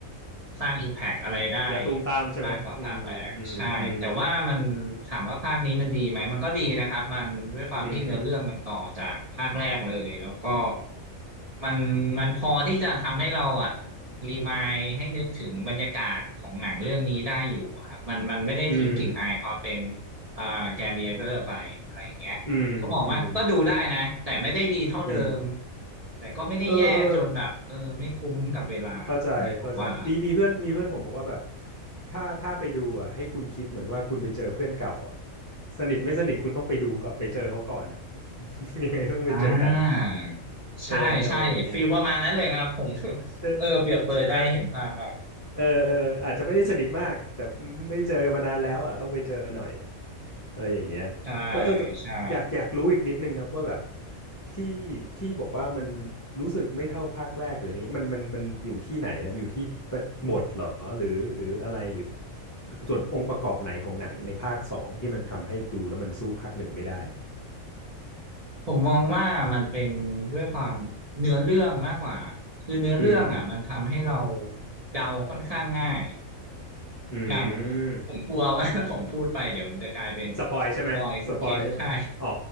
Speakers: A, on the right; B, on the left.
A: สร้างอิมแพกอะไรได้
B: แล้วตูมตามใช่ไหมอืมอืมอืม
A: มากกว่าภาคแรกใช่แต่ว่ามันถามว่าภาคนี้มันดีไหมมันก็ดีนะครับมันด้วยความที่เนื้อเรื่องมันต่อจากภาคแรกเลยแล้วก็
B: อืม
A: มันมันพอที่จะทำให้เราอะรีมายให้นึกถึงบรรยากาศของหนังเรื่องนี้ได้อยู่อะครับมันมันไม่ได้ทิ้งกลิ่นอายความเป็น
B: อืม
A: อ่าแกนดิเอเตอร์ไปอะไรอย่างเงี้ยผมก็มองว่าก็ดูได้นะแต่ไม่ได้ดีเท่าเดิม
B: อืมอืมอืม
A: แต่ก็ไม่ได้แย่จนแบบเออไม่คุ้มกับเวลาอย่างเงี้ยผมว่า
B: เออเออเข้าใจเข้าใจมีมีเพื่อนมีเพื่อนผมบอกว่าแบบถ้าถ้าไปดูอ่ะให้คุณคิดเหมือนว่าคุณไปเจอเพื่อนเก่าอ่ะสนิทไม่สนิทคุณต้องไปดูก่อนไปเจอเขาก่อนอ่ะ <laughs> ยังไงก็ต้องไปเจอกัน
A: อ่าใช่ใช่ฟีลประมาณนั้นเลยครับผม
B: เอออะไรอย่างเงี้ย
A: <laughs>
B: ใช่
A: เออเปรียบเปรยได้เห็นภาพมาก
B: ใช่ไหมเออเอออาจจะไม่ได้สนิทมากแต่ไม่ได้เจอกันมานานแล้วอ่ะต้องไปเจอหน่อยอะไรอย่างเงี้ยแล้วเออแต่อยากอยากรู้อีกนิดนึงครับว่าแบบ
A: ใช่ใช่
B: ที่ที่บอกว่ามันรู้สึกไม่เท่าภาคแรกหรืออะไรเงี้ยมันมันมันอยู่ที่ไหนอ่ะอยู่ที่ประบทเหรอหรือหรืออะไรหรือส่วนองค์ประกอบไหนของหนังในภาคสองที่มันทำให้ดูแล้วมันสู้ภาคหนึ่งไม่ได้
A: ผมมองว่ามันเป็นด้วยความเนื้อเรื่องมากกว่าคือเนื้อเรื่องอ่ะมันทำให้เรา
B: อืม
A: เดาค่อนข้างง่าย
B: อื
A: อย่าง
B: ม
A: ผมกลัวว่า <laughs> ถ้าผมพูดไปเดี๋ยวมันจะกลายเป็น
B: สปอยใช่ไหมสปอย
A: สปอยคุณเคสใช่
B: อ๋อ